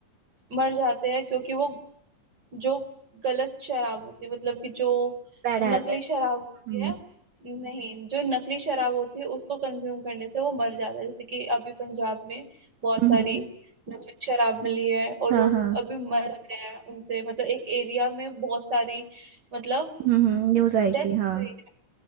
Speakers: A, on the right; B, on the right.
A: मर जाते हैं क्योंकि वो जो गलत शराब होती है मतलब कि जो
B: Bad
A: नकली
B: habits
A: शराब होती
B: हम्म
A: है नहीं जो नकली शराब होती है उसको कंज्यूम करने से वो मर जाता है जैसे कि अभी पंजाब में बहुत
B: हम्म
A: सारी नकली शराब मिली है और
B: हाँ
A: लोग
B: हाँ
A: अभी मर रहे हैं उनसे मतलब एक एरिया में बहुत सारी मतलब
B: हम्म न्यूज आई
A: डेथ
B: थी हाँ
A: हुई है